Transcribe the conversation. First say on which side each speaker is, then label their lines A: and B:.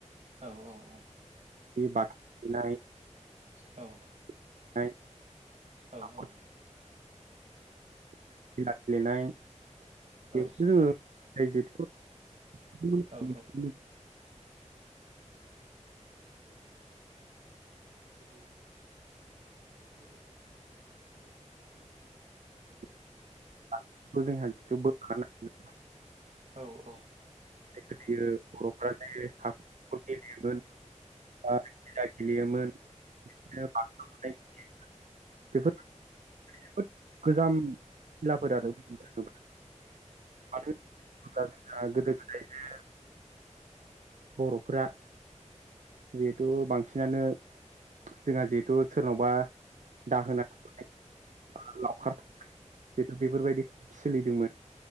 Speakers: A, on the right (about 60°); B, on the right (about 80°).
A: औ औ औ
B: <unintelligible>
A: औ
B: <unintelligible>
A: औ
B: हाखर
A: औ
B: <unintelligible> <unintelligible>
A: औ
B: गाइजेथखौ उम
A: औ
B: उम उम <unintelligible> <unintelligible>
A: औ औ
B: गोदोयो बर'फोरा जे हाखर हाखर गेलेयोमोन बा गिला गेलेयोमोन बिदिनो बाथा बुनाय गेलेयोमोन बेफोर जोबोद गोजाम खिलाफोर आरो बुंनो थाङोब्ला मानो होननानै बुङोब्ला जोंहा गोदो गोदाय जे बर'फोरा जिहेथु बांसिनानो जोंहा जिहेथु सोरनावबा दाहोना थाहैनाय लावखार जिथु बेफोरबायदि सोलिदोंमोन